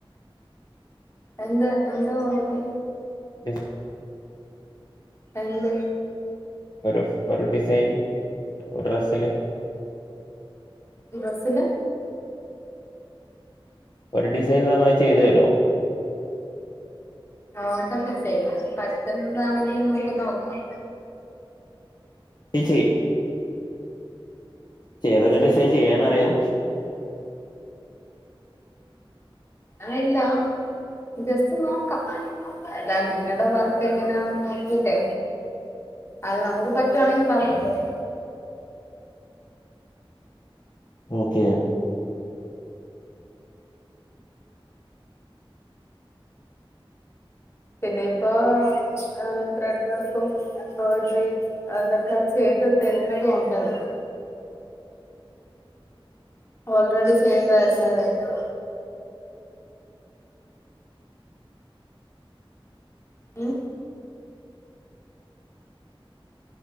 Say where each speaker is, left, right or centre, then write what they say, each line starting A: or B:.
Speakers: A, on the left; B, on the left.
A: എന്താ എന്താ ഓൾടറ്
B: ഡിസ്‌
A: എന്ത്
B: ഒരു ഒരുഡിസൈൻ ഡ്രസ്സില്
A: ഡ്രസ്സില്
B: ഒര് ഡിസൈൻതന്ന ചെയ്തര്രോ
A: നോക്കട്ടെചെയ്യൻ പറ്റ്ന്നാണെങ്കി നമ്ക്ക് നോക്കാം
B: നി ചെ ചേതക്കെ ഡിസൈൻ ചെയ്യാനറിയാം
A: ആരില്ലാം ജസ്റ്റ് നോക്കാ അല്ല നിങ്ങട വർക്ക് എങ്ങനന്ന് നോക്കിട്ടെ അത് നമുക്ക് പറ്റുവാണെങ്കി പറഞ്ഞ പോരെ
B: ഓക്കെ
A: പിന്നെ ഇപ്പോ ഏഹ് ത്രെഡ് വർക്കും എംബോഡ്രി അതക്കെ ചെ യ്ത് തര്ന്നതുഒണ്ടല്ലോ ഓൾറെഡി ചെയ്തര്ന്നതാട്ട് മ്